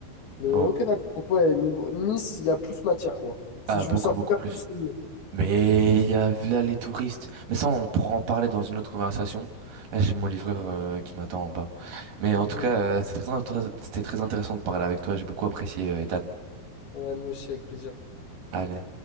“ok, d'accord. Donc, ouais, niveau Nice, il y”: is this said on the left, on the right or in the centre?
Left